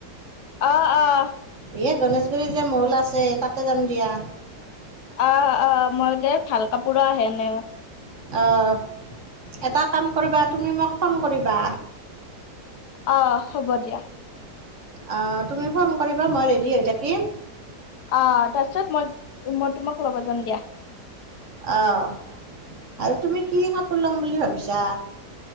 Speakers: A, on the left (about 70°); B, on the right (about 50°).
A: অ অ
B: এই গণেশগুৰি যে মল আছে তাতে যাম দিয়া।
A: আহ আহ মই দে ভাল কাপোৰো আহেনে
B: অঁ এটা কাম কৰিবা তুমি মোক ফোন কৰিবা।
A: অঁ হ'ব দিয়া
B: অ তুমি ফোন কৰিবা মই ৰেডি হৈ থাকিম।
A: অ তাৰপিছত মই মই তোমাক ল'ব যাম দিয়া
B: অ আৰু তুমি কি কা কাপোৰ লম বুলি ভাবিছা।